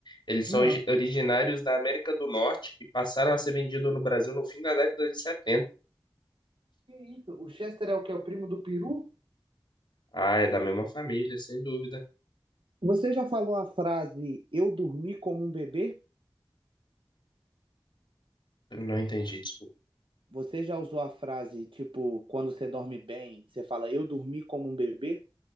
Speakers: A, on the left; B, on the right.
A: Eles são
B: Não.
A: origi- originários da América do Norte e passaram a ser vendidos no Brasil no fim da década de 70.
B: Que isso? O Chester é o que é o primo do peru?
A: Ah, é da mesma família, sem dúvida.
B: Você já falou a frase eu dormi como um bebê?
A: Eu Não entendi, desculpa.
B: Você já usou a frase, tipo, quando você dorme bem, você fala, eu dormi como um bebê?